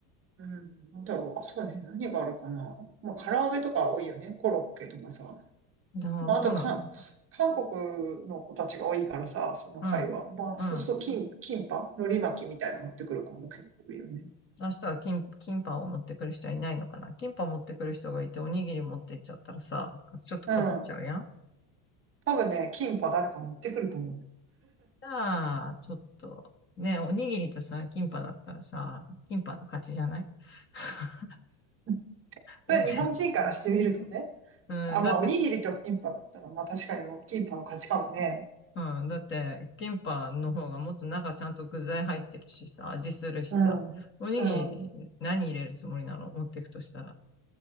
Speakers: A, on the right; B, on the left.
A: うん、なんだろう。あ、そうね。何があるかな。まあ、唐揚げとか多いよね。コロッケとかさ。
B: ああ、
A: まあ、
B: そうなんだ。
A: あとか、韓国の子たちが多いからさ、その会話。
B: うん。
A: まあ、
B: うん。
A: そうすると、キン、キンパ海苔巻きみたいなの持ってくる子も結構多いよね。
B: 明日は金、キンパンを持ってくる人はいないのかな。キンパン持ってくる人がいて、おにぎり持ってっちゃったらさ、ちょっとかぶっちゃうやん。
A: うん。多分ね、キンパ誰か持ってくると思うよ。
B: じゃあ、ちょっと、ね、おにぎりとさ、キンパンだったらさ、キンパンの勝ちじゃない <laughs>
A: うんそれ日本人からしてみるとね。
B: だって、うん、
A: あ、
B: だって、
A: まあ、おにぎりとキンパだったら、まあ確かにもうキンパの価値観もね。
B: うん、だって、キンパンの方がもっと中ちゃんと具材入ってるしさ、味するしさ、
A: うん。
B: おにぎり何入れるつもりなの持ってくとしたら。
A: うん。